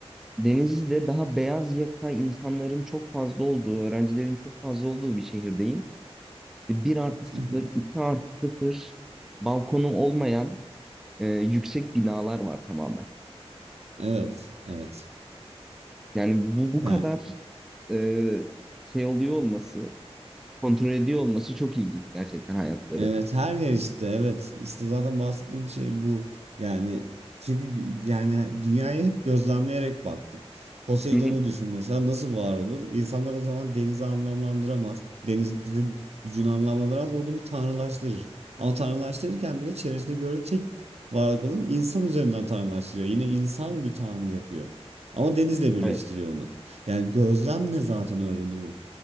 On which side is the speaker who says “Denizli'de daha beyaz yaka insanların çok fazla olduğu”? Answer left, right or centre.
Centre